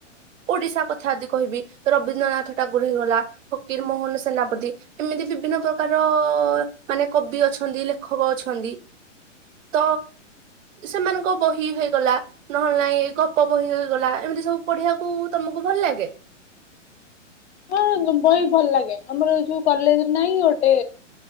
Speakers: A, on the right (about 75°); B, on the left (about 60°).
A: ଓଡିଶା କଥା ଯଦି କହିବି ରବୀନ୍ଦ୍ରନାଥ ଟା ଗର ହେଇଗଲା କିୀର ମୋହନ ସେନାପତି ଏମିତି ବିଭିନ୍ନ ପ୍ରକାର ମାନେ କବି ଅଛନ୍ତି ଲେଖକ ଅଛନ୍ତି ତ ସେମାନଙ୍କ ବହି ହେଇଗଲା ନହେଲେ ନାଇ ଗପ ବହି ହେଇଗଲା ଏମିତି ସବୁ ପଢିବାକୁ ତମକୁ ଭଲ ଭଲ ଲାଗେ?
B: ହଁ ବହି ଭଲ ଲାଗେ ଆମର ଯୋଉ କଲେଜରେ ନହିଁ ଗୋଟେ